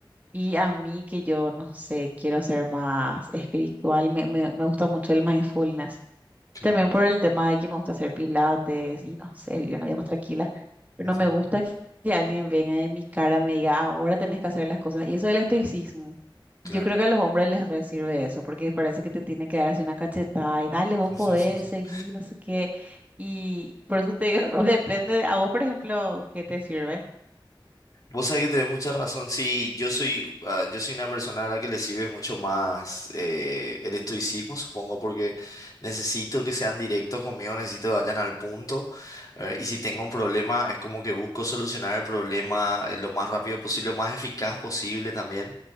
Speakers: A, on the right; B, on the left.
A: y
B: Ujú,
A: a mí que yo, no sé, quiero ser más espiritual, me, me, me gusta mucho el mindfulness.
B: Claro,
A: También por el tema de que me gusta hacer pilates y no sé, vivir una vida más tranquila. Pero
B: ujú,
A: no me gusta que, que alguien venga en mi cara y me diga, "Ah, ahora tenés que hacer las cosas. Y eso del estoicismo,
B: claro.
A: yo creo que a los hombres les re sirve eso, porque parece que te tienen que dar así una cachetada y dale, vos
B: <laughs>
A: podés seguir, no sé qué. Y por eso te digo, <laughs> depende, a vos, por ejemplo, ¿qué te sirve?
B: Vos sabés que tenés mucha razón. Sí, yo soy, ah, yo soy una persona a la que le sirve mucho más eh, el estoicismo, supongo, porque necesito que sean directos conmigo, necesito que vayan al punto. eh, y si tengo un problema, es como que busco solucionar el problema eh, lo más rápido posible, lo más eficaz posible también.